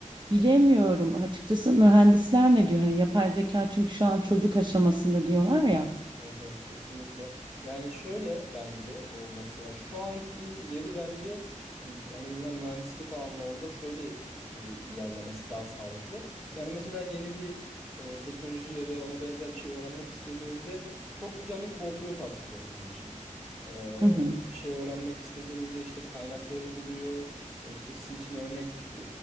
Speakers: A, on the right; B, in the centre.
A: Bilemiyorum açıkçası mühendisler ne diyor? Hani yapay zeka çünkü şu an çocuk aşamasında diyorlar ya.
B: Evet evet kesinlikle. Yani şöyle bence olması yani şu anki yeri bence e, en azından mühendislik alanlarında şöyle e, ilerlemesi daha sağlıklı. Yani mesela yeni bir e, teknoloji ya da ona benzer bir şey öğrenmek istediğinizde çok güzel bir co-pilot aslında sizin için. E,
A: Hı hı.
B: bir şey öğrenmek istediğinizde işte kaynakları buluyor. e, işte sizin için örnek e,